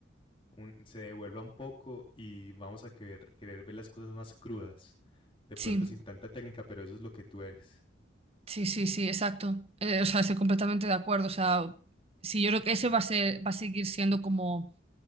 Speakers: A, on the left; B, on the right.
A: un- se devuelva un poco y vamos a querer, querer ver las cosas más crudas, de
B: sí,
A: pronto sin tanta técnica, pero eso es lo que tú eres.
B: sí, sí, sí, exacto. Eh, o sea, estoy completamente de acuerdo. O sea, sí, yo creo que eso va a ser, va a seguir siendo como.